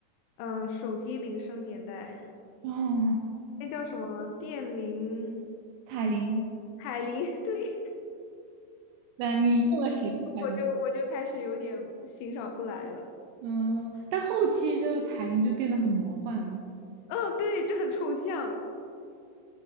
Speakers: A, on the left; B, on the right.
A: 嗯、手机铃声年代，
B: 哦，
A: <laughs> 那叫什么电铃、
B: 彩铃，
A: 海铃，<laughs> 对，
B: 那你用了谁的彩铃？
A: 我就我就开始有点欣赏不来了。
B: 嗯，但后期这个彩铃就变得很魔幻了。
A: 嗯、对，就很抽象。